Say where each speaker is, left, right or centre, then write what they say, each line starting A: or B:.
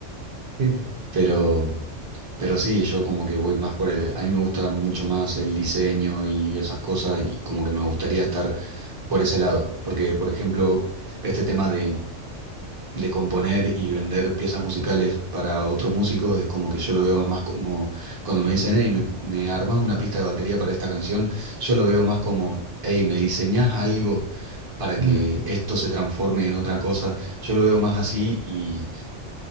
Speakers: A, on the right (about 60°); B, on the right (about 20°).
A: sí, po.
B: Pero, pero sí, yo como que voy más por el, a mí me gusta mucho más el diseño y esas cosas y como que me gustaría estar por ese lado, porque por ejemplo, este tema de, de componer y vender piezas musicales para otros músicos es como que yo lo veo más como cuando me dicen, hey, me, me armas una pista de batería para esta canción, yo lo veo más como, hey, me diseñas algo para
A: Mm,
B: que esto se transforme en otra cosa, yo lo veo más así y